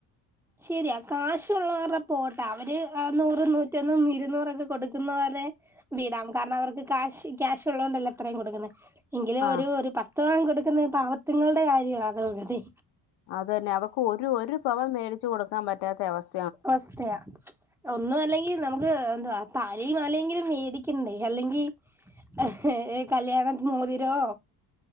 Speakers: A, in the centre; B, on the left.
A: ശരിയാ കാശുള്ളവർ പോട്ട അവര് എഹ് നൂറും നൂറ്റൊന്നും ഇരുന്നൂറൊക്കെ കൊടുക്കുന്ന പോലെ വിടാം കാരണം അവർക്ക് കാശ് ക്യാഷ് ഉള്ളത് കൊണ്ടല്ലേ അത്രേം കൊടുക്കണെ എങ്കിലും
B: ആ
A: ഒരു ഒരു പത്ത് പവൻ കൊടുക്കുന്ന പാവത്ത്ങ്ങളുടെ കാര്യവാ അതോഗതി
B: അതന്നെ അവക്ക് ഒരു ഒരു പവൻ മേടിച്ച് കൊടുക്കാൻ പറ്റാത്ത അവസ്
A: അവസ്ഥയാ ഒന്നും അല്ലെങ്കി നമു ഗേ എന്തവാ തലിം മാലേങ്കിലും മേടിക്കണ്ടേ അല്ലെങ്കി ഏഹ് കല്യാണത് മോതിരോ